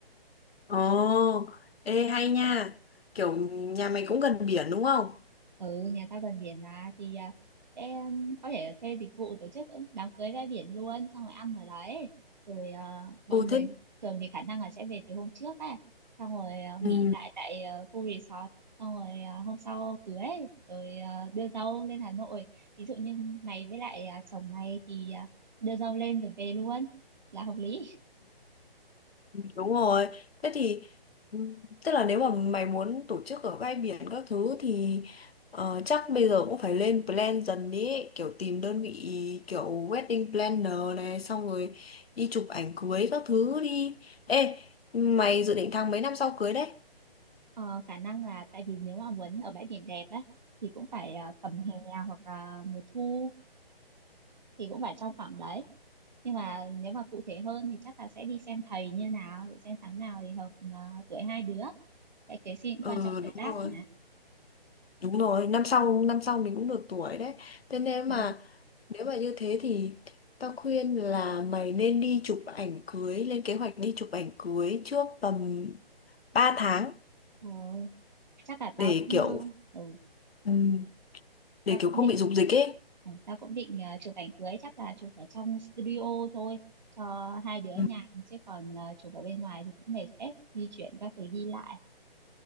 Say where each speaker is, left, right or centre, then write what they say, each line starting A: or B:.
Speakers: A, on the left; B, on the right.
A: Ồ, ê hay nha. Kiểu nhà mày cũng gần biển đúng không?
B: ừ nhà tao gần biển mà thì à, sẽ có thể thuê dịch vụ tổ chức đám cưới ra biển luôn xong rồi ăn ở đấy rồi à, mọi
A: Ừ
B: người
A: thế
B: thường thì khả năng là sẽ về từ hôm trước ấy xong rồi à,
A: Ừ.
B: nghỉ lại tại à, khu resort xong rồi à, hôm sau cưới rồi à, đưa dâu lên Hà Nội ví dụ như mày với lại à, chồng mày thì à, đưa dâu lên rồi về luôn là hợp lý
A: Đúng rồi. Thế thì ừm, tức là nếu mà mày muốn tổ chức ở bãi biển các thứ thì ờ, chắc bây giờ cũng phải lên plan dần ý, kiểu tìm đơn vị kiểu wedding planner này xong rồi đi chụp ảnh cưới các thứ đi. Ê, mày dự định tháng mấy năm sau cưới đấy?
B: Ờ, khả năng là tại vì nếu mà muốn ở bãi biển đẹp á thì cũng phải à, tầm hè hoặc là mùa thu thì cũng phải trong khoảng đấy nhưng mà nếu mà cụ thể hơn thì chắc là sẽ đi xem thầy như nào để xem tháng nào thì hợp ờ, tuổi hai đứa cái cái gì cũng
A: Ừ
B: quan trọng tuổi
A: đúng
B: tác
A: rồi,
B: mà
A: đúng rồi, năm sau năm sau mình cũng được tuổi đấy. Thế nên
B: ừ.
A: mà nếu mà như thế thì tao khuyên là mày nên đi chụp ảnh cưới, lên kế hoạch đi chụp ảnh cưới trước tầm ba tháng
B: ờ, chắc là tao
A: để
B: cũng
A: kiểu
B: ờ, ừ,
A: ừm, để
B: tao cũng
A: kiểu không
B: định
A: bị rục dịch ấy
B: ừ, tao cũng định ờ, chụp ảnh cưới chắc là chụp ở trong studio thôi cho hai đứa
A: Ừ.
B: nhàn chứ còn ờ, chụp ở bên ngoài thì cũng mệt phết di chuyển các thứ đi lại